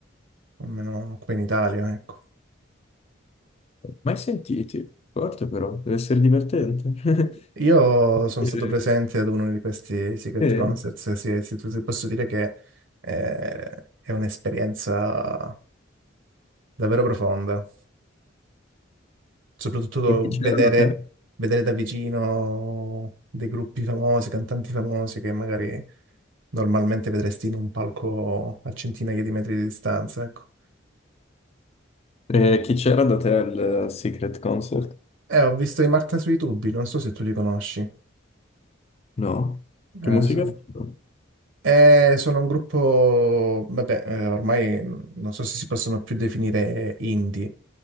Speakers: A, on the right (about 75°); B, on the left (about 35°).
A: almeno qui in Italia, ecco.
B: Mai sentiti? Forte però, deve essere divertente. <laughs>
A: Io sono
B: Eh,
A: stato presente ad uno di questi Secret
B: eh,
A: Concerts, sì, sì, ti posso dire che eh, è un'esperienza davvero profonda. soprattutto
B: e chi c'era
A: vedere,
B: da te?
A: vedere da vicino dei gruppi famosi, cantanti famosi che magari normalmente vedresti in un palco a centinaia di metri di distanza, ecco.
B: Eh, chi c'era da te al Secret Concert?
A: Eh, ho visto i Marta sui tubi, non so se tu li conosci.
B: No? Che
A: Eh,
B: musica
A: so-
B: ha fatto?
A: eh, sono un gruppo, vabbè, eh, ormai non so se si possono più definire indie,